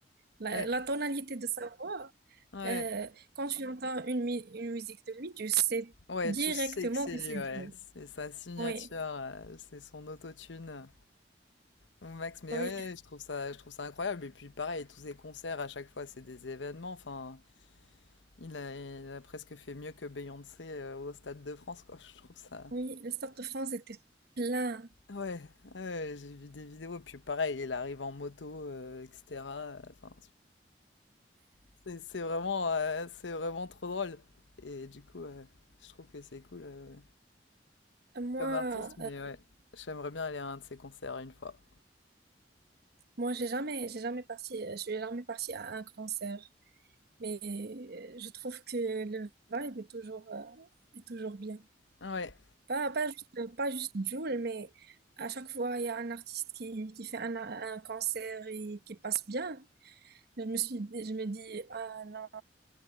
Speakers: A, on the right; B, on the left.
A: La,
B: ouais,
A: la tonalité de sa voix,
B: ouais.
A: euh, quand tu entends une, mi- une musique de lui, tu sais
B: Ouais,
A: directement
B: tu sais que c'est
A: que
B: lui,
A: c'est
B: ouais.
A: Jul.
B: C'est sa signature,
A: Oui,
B: euh, c'est son autotune euh, au max. Mais
A: oui,
B: ouais, je trouve ça, je trouve ça incroyable. Et puis pareil, tous ses concerts, à chaque fois, c'est des événements. Enfin, il a, il a presque fait mieux que Beyoncé euh, au Stade de France, quoi. Je trouve ça...
A: oui. Le Stade de France était plein.
B: Ouais, ouais, j'ai vu des vidéos. Puis pareil, il arrive en moto, euh, etc. Enfin, c'est c'est vraiment, euh, c'est vraiment trop drôle. Et du coup, euh, je trouve que c'est cool. euh,
A: Moi,
B: comme artiste, mais
A: euh,
B: ouais, j'aimerais bien aller à un de ses concerts une fois.
A: moi, j'ai jamais, j'ai jamais parti, je suis jamais partie à un concert. Mais euh, je trouve que le vibe est toujours, euh, est toujours bien.
B: Ouais,
A: Pas, pas juste, pas juste Jul, mais à chaque fois, il y a un artiste qui, qui fait un, un concert et qui passe bien. Je me suis, dit- je me dis, ah non,